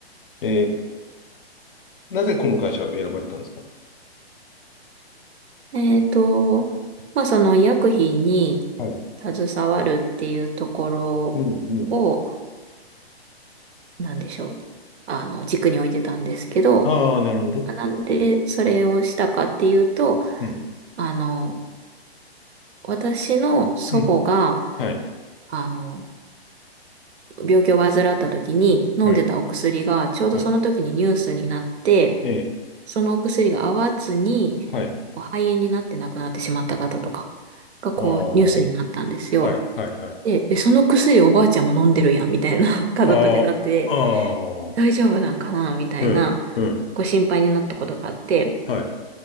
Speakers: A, on the left (about 55°); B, on the right (about 75°).
A: えー、なぜこの会社を選ばれたんですか
B: えっと、まあ、その医薬品に
A: はい。
B: 携わるっていうところを、
A: うん、うん。
B: なんでしょう。あの、軸に置いてたんですけど、
A: ああ、なるほど。
B: あなんでそれをしたかっていうと、
A: うん、
B: あの、私の祖母が、
A: うん。はい。
B: あの、病気を患った時に飲んでたお薬がちょうどその時にニュースになって、
A: はい、はい、ええ、
B: そのお薬が合わずに
A: はい。
B: 肺炎になって亡くなってしまった方とかがこうニュースになったんですよ。
A: ああ、はい、はい、はい。
B: で、え、その薬おばあちゃんも飲んでるやんみたいな <laughs> 家族でなって、
A: ああ、ああ、
B: 大丈夫なんかなみたいな
A: うん、うん、
B: ご心配になったことがあって、
A: はい、